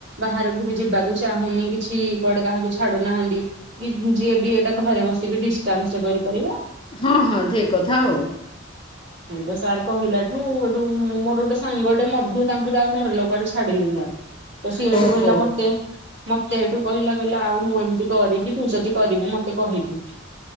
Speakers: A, on the right; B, on the left.
A: ବାହାରକୁ ବି ଯିବାକୁ ଚାହୁଁନି କିଛି କୁଆଡେ କାହାକୁ ଛାଡୁନାହାନ୍ତି। ଯିଏ ବି ଏଇଟା ଘରେ ବସିକି ଡିଷ୍ଟାନ୍ସ ରେ କରିପାରିବା।
B: ହଁ ହଁ ଠିକ କଥା ଆଉ।
A: ଆମକୁ ସାର୍ କହିଲାଠୁ ଏଠୁ ମୁଁ ମୋର ଗୋଟେ ସାଙ୍ଗ ଟେ ମଧୁ ତାଙ୍କୁ ତା ଘର ଲୋକ ହେଠୁ ଛାଡି ଲେନି ଆଉ। ତ ସିଏ ହେଠୁ
B: ଓହୋ
A: କହିଲା ମତେ। ମତେ ଏଇଠୁ କହିଲା କହିଲା ଆଉ ମୁଁ ଏମିତି କରିବି ତୁ ଯଦି କରିବୁ ମତେ କହିବୁ।